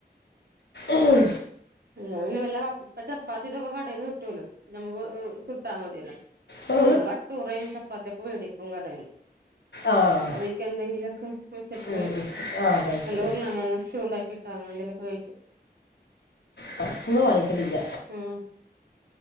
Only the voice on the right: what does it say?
ഹെ വല്ല ഇപ്പ ചപ്പാത്തി ഇതൊക്കെ കടയിൽന്ന് ഇട്ടല്ലോ. നമ്മ കൊടുന്ന് ചുട്ടാമതിയല്ലേ.
ഞങ്ങ വട്ടൂറയും ചപ്പാത്തിയൊക്കെ വേടിക്കും കടയ്ന്ന്.
അതിക്കെന്തെങ്കിലൊക്കെ വെച്ചിട്ട്
കഴിക്കും
അല്ല
ഉർളങ്ങെഴങ്ങ് സ്‌റ്റൂ ണ്ടാക്കി ട്ടോ അങ്ങനന്തെലൊക്കെ കഴിക്കും.
ഉം